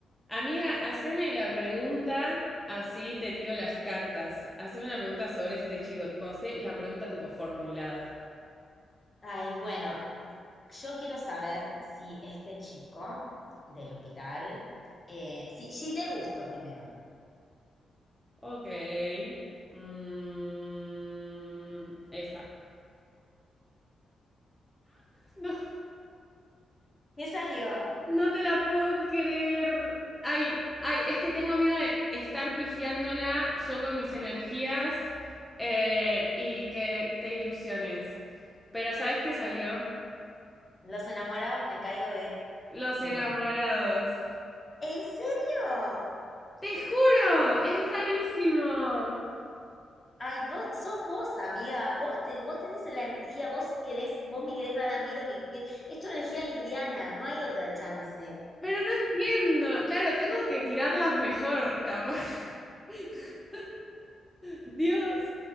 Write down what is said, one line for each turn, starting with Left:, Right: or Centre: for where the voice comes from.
Centre: Amiga, haceme la pregunta, así te tiro las cartas. Haceme una pregunta sobre este chico, tipo, hacé la pregunta tipo formulada.
Left: Ay, bueno, yo quiero saber si este chico del hospital, eh, sí, sí le gustó primero.
Centre: Ok. Mm, esta. No,
Left: ¿Qué salió?
Centre: no te la puedo creer. Ay, ay, es que tengo miedo de estar pifiándola yo con mis energías eh, y que te ilusiones. Pero ¿sabes qué salió?
Left: Los enamorados me caigo de
Centre: Los
Left: culo.
Centre: enamorados.
Left: ¿En serio?
Centre: Te juro, es rarísimo.
Left: Ay, vos sos vos, amiga. Vos, te, vos tenés la energía, vos querés, vos me querés dar a mí lo que, que- Es tu energía libriana, no hay otra chance.
Centre: Pero no entiendo. Claro, tengo que tirarlas mejor, capaz. <laughs> Dios,